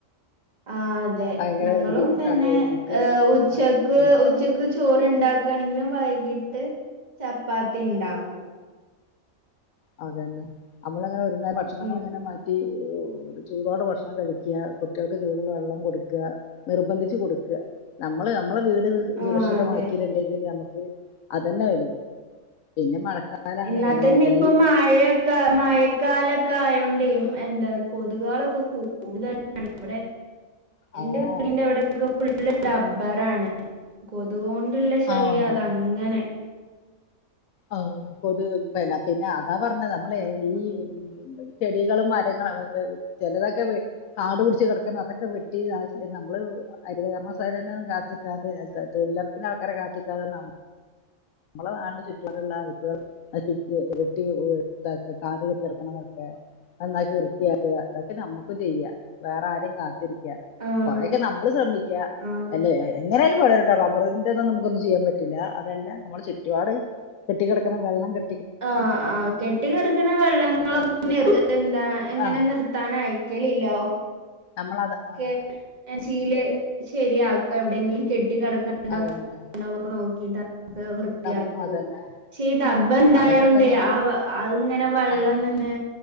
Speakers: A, on the right; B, on the left.
A: ആഹ് അതെ
B: ഭയങ്കര
A: ഞങ്ങളും
B: ബുദ്ധിമുട്ടാണ്
A: തന്നെ-
B: നമുക്ക്
A: ഏഹ് ഉച്ചക്ക്
B: ഉം
A: ഉച്ചക്ക് ചോറിണ്ടാക്കാണെങ്കിലും വൈകിട്ട്- ചപ്പാത്തി ഇണ്ടാക്കും
B: അത് തന്നെ നമ്മളങ്ങനെ ഒരു നേരം ഭക്ഷണങ്ങൾ
A: ഉം
B: ഇങ്ങനെ മാറ്റി- ചൂടോടെ ഭക്ഷണം കഴിക്കുക കുട്ടികൾക്ക് ചൂടുള്ള വെള്ളം കൊടുക്കുക നിർബന്ധിച്ച് കൊടുക്കുക നമ്മള് നമ്മളെ വീട് സുരക്ഷിതമാക്കട്ടുണ്ടെങ്കിൽ
A: ആഹ് അതെ
B: നമുക്ക് അത് തന്നാ വലുത് പിന്നെ മഴക്കലാ -
A: എന്നാ
B: <unintelligible>
A: തന്നെ ഇപ്പൊ മഴയൊക്കെ മഴക്കാലം- കായോണ്ട് എന്താ കൊതുകൊതുകളൊക്കെ കൂടുതലാണ് ഇവിടെ- എന്റെ
B: ആഹ്
A: വീടിന്റെ അവിടൊക്കെ ഫുള്ള് റബ്ബറാണ് കൊതുകുകൊണ്ടുള്ള ശല്യം
B: ആഹ്
A: അത് അങ്ങനെ
B: ആഹ് കൊതുക് എന്നാ പിന്നെ അതാ പറഞ്ഞത് നമ്മളെ ഈ- ചെടികളും മരങ്ങളും അവരുടേത് ചെലതൊക്കെ വെട്ടി- കാടു പിടിച്ച് കെടക്കുന്ന അതൊക്കെ വെട്ടി നമ്മള് ഹരിതകർമ്മസേനെന്ന്- <inaudible> തൊഴിലുറപ്പിന്റെ ആൾക്കാരെ കാത്തിക്കാതെ നമ് നമ്മളെ നാടിന്റെ ചുറ്റപാടുള്ള അഴുക്കുകൾ- അത് വെട്ടി ഇതാക്ക കാട് കേറി കെടക്കണതൊക്കെ- നന്നാക്കി വൃത്തിയാക്കുക അതൊക്കെ നമ്മുക്ക് ചെയ്യാം വേറെ ആരെയും കാത്തിരി
A: ആഹ്
B: കൊറെയൊക്കെ നമ്മള് ശ്രദ്ധിക്കുക
A: ആഹ്
B: അല്ലേ എങ്ങനായാലും പോ റബ്ബറിന്റെതൊന്നും നമുക്കൊന്നും ചെയ്യാൻ ൻ പറ്റില്ല അതല്ല നമ്മള് ചുറ്റപാട് കെട്ടിക്കിടക്കുന്ന വെള്ളം കെ
A: ആഹ് ആഹ് കെട്ടി കിടക്കണ വെള്ളങ്ങളൊന്നും
B: അതൊക്കെ കമഴ്ത്തിയിടാ
A: <unintelligible> എന്താ എങ്ങനെ
B: ആ
A: നിർ ത്താൻ അയക്കലില്ല ഓഹ്
B: നമ്മളത്- ആ
A: കെ ശീലെ ശരിയാക്കും എവിടെങ്കിലും കെട്ടി കെടക്കണ വല്ലൊക്കെ
B: അതന്നെ
A: ഒണ്ടോന്നൊക്കെ നോക്കിട്ട് അത് വൃത്തിയാക്കും
B: നം അതന്നെ
A: പക്ഷെ ഈ ഡബ ഇണ്ടായോണ്ടേ
B: അതൊക്കെ തന്നെ
A: ആഹ് അതിങ്ങനെ വെള്ളം
B: ആ
A: ഇങ്ങനെ